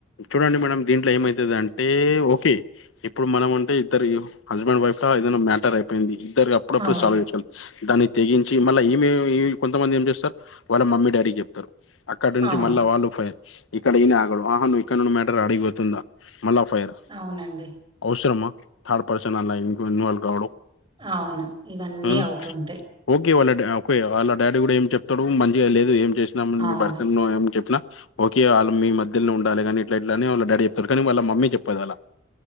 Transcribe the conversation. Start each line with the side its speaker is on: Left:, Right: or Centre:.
Left: చూడండి మేడం దీంట్లో ఏమైతది అంటే ఓకే ఇప్పుడు మనం అంటే ఇద్దరు హస్బెండ్ వైఫ్ లా ఏదైనా మ్యాటర్ అయిపోయింది ఇద్దరు అప్ అప్పుడప్పుడు
Right: అవును.
Left: సాల్వ్ చేశాం దాన్ని తెగించి మళ్ళ ఈమే కొంతమంది ఏం చేస్తార్ వాళ్ళ మమ్మీ డాడీకి చెప్ అక్కడ నుంటి
Right: అవును.
Left: మళ్ళా వాల్లు ఫైర్ ఇక్కడ ఈయన ఆగడు ఆహ నువ్ ఇక్కడ్ నుండి మ్యాట్ టర్ అడిగిపోతుందా మళ్ళా ఫైర్
Right: అవునండి.
Left: అవసరమా థర్డ్ పర్సన్ అలా ఇన్ ఇన్వాల్వ్ కావడం
Right: అవును ఇవన్నీ
Left: ఉమ్
Right: అవుతుంటయ్
Left: ఓకే వాళ్ళ డా ఓకే వాళ్ళ డాడీ కూడా ఏం చెప్తడూ మంచిగా లేదు ఏం చే నం మీ
Right: అవును.
Left: భర్త నో ఏం చెప్పిన ఓకే వాళ్ళ మీ మధ్యలో ఉండాలె కానీ ఇట్ల ఇట్ల అనీ వాళ్ళ డాడీ చెబుతాడు కానీ వాళ్ళ మమ్మీ చెప్పదు అలా